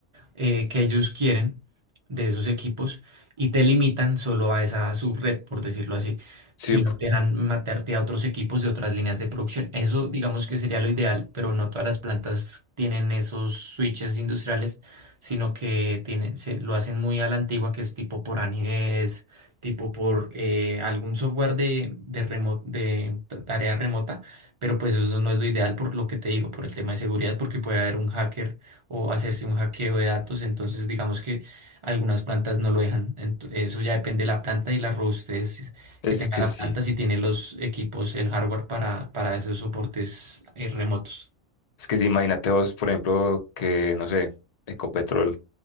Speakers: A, on the right; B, on the left.
A: eh, que ellos quieren de esos equipos y te limitan solo a esa subred, por decirlo así,
B: Sí,
A: y
B: pu-
A: no te dejan matarte a otros equipos de otras líneas de producción. Eso digamos que sería lo ideal, pero no todas las plantas tienen esos switches industriales, sino que tienen, se, lo hacen muy a la antigua, que es tipo por anidez, tipo por eh, algún software de, de, remo- de ta- tarea remota, pero pues eso no es lo ideal por lo que te digo, por el tema de seguridad, porque puede haber un hacker o hacerse un hackeo de datos. Entonces, digamos que algunas plantas no lo dejan. Ento- eso ya depende de la planta y la robustez
B: es
A: que tenga
B: que
A: la
B: sí.
A: planta, si tiene los equipos, el hardware para, para esos soportes eh, remotos.
B: Es que sí, imagínate vos, por ejemplo, que, no sé, Ecopetrol